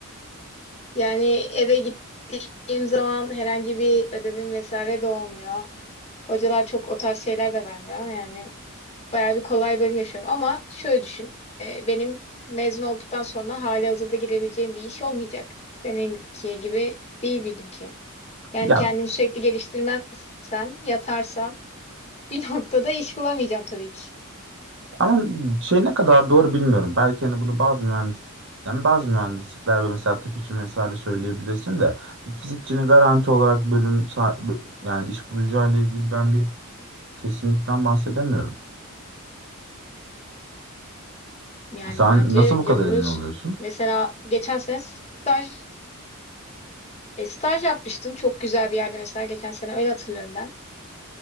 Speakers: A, on the left; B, on the right.
A: Yani eve gittiğim zaman herhangi bir ödevim vesaire de olmuyor. Hocalar çok o tarz şeyler de vermiyor. Yani bayağı bir kolay bölüm yaşıyorum. Ama şöyle düşün. e, benim mezun olduktan sonra hali hazırda girebileceğim bir iş olmayacak. Seninki gibi değil bildim ki. Yani
B: Ya
A: kendimi sürekli geliştirmezsem, yatarsam Bir noktada iş bulamayacağım tabii ki.
B: ama şey ne kadar doğru bilmiyorum. Belki hani bunu bazı mühendis yani bazı mühendislikler ve mesela tıp için vesaire söyleyebilirsin de bir fizikçinin garanti olarak bölüm sa- bö- yani iş bulacağı ile ilgili ben bir kesinlikten bahsedemiyorum.
A: Yani
B: Sen
A: bence
B: nasıl bu
A: yanılıyorsun.
B: kadar emin oluyorsun?
A: Mesela geçen sene staj e, staj yapmıştın çok güzel bir yerde mesela geçen sene öyle hatırlıyorum ben.